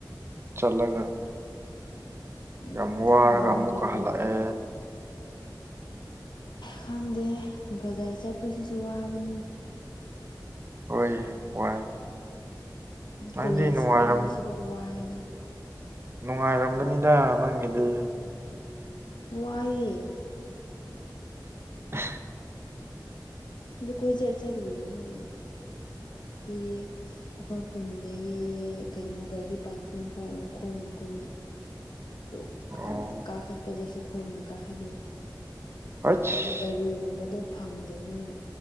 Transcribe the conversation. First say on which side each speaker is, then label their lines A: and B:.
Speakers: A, on the right (about 35°); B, on the left (about 80°).
A: ꯆꯠꯂꯒ
B: ꯎꯝ
A: ꯌꯥꯝ ꯋꯥꯔꯒ
B: ꯋꯥꯗꯕꯅꯦ
A: ꯑꯃꯨꯛꯀ ꯍꯜꯂꯛꯑꯦ
B: ꯈꯪꯗꯦ ꯕꯖꯥꯔ ꯆꯠꯄꯁꯤꯁꯨ ꯋꯥꯕꯅꯤ
A: ꯍꯣꯏ ꯋꯥꯏ ꯅꯪꯗꯤ
B: ꯀꯨꯂꯦꯖ
A: ꯅꯨꯡꯉꯥꯏꯔꯝ
B: ꯀꯥꯕꯁꯤꯐꯥꯎ ꯋꯥꯏꯗ
A: ꯅꯨꯡꯉꯥꯏꯔꯝꯒꯅꯤꯗ ꯅꯪꯒꯤꯗꯤ
B: ꯋꯥꯏꯌꯦ
A: ꯑ <unintelligible>
B: ꯑꯗ ꯀꯣꯏꯆꯠ ꯆꯠꯂꯤꯕꯗꯨꯅ ꯁꯤ ꯑꯩꯈꯣꯏ ꯈꯨꯟꯗꯒꯤ ꯀꯩꯅꯣ ꯒꯥꯔꯤ ꯄꯥꯔꯀꯤꯡꯐꯥꯎ ꯃꯈꯣꯡꯅ ꯀꯨꯝꯃꯦ ꯑꯗꯨ
A: ꯑꯣ
B: ꯑꯃꯨꯛ ꯀꯥꯈꯠꯄꯗꯁꯨ ꯈꯣꯡꯅ ꯀꯥꯈꯠꯂꯦ
A: ꯍꯩꯁ
B: ꯋꯥꯏꯕ ꯒꯥꯔꯤꯒꯨꯝꯕꯗꯣ ꯐꯪꯗꯕꯅꯤꯅ